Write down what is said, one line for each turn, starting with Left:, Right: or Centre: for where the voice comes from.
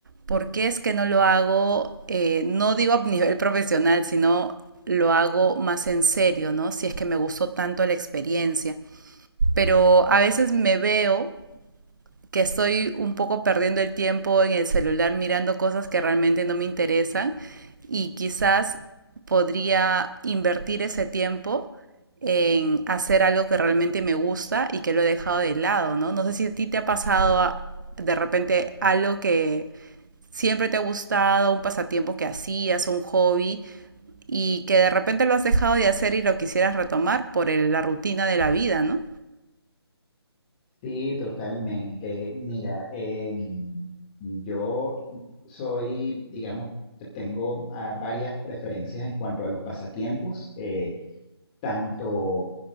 Right: ¿por qué es que no lo hago, eh, no digo a nivel <laughs> profesional, sino lo hago más en serio, ¿no? Si es que me gustó tanto la experiencia. Pero a veces me veo que estoy un poco perdiendo el tiempo en el celular mirando cosas que realmente no me interesan y quizás podría invertir ese tiempo en hacer algo que realmente me gusta y que lo he dejado de lado, ¿no? No sé si a ti te ha pasado ah, de repente algo que siempre te ha gustado, un pasatiempo que hacías, un hobby, y que de repente lo has dejado de hacer y lo quisieras retomar por el, la rutina de la vida, ¿no?
Left: Sí, totalmente. Mira, em, yo soy, digamos, tengo ah, varias preferencias en cuanto a los pasatiempos, eh, tanto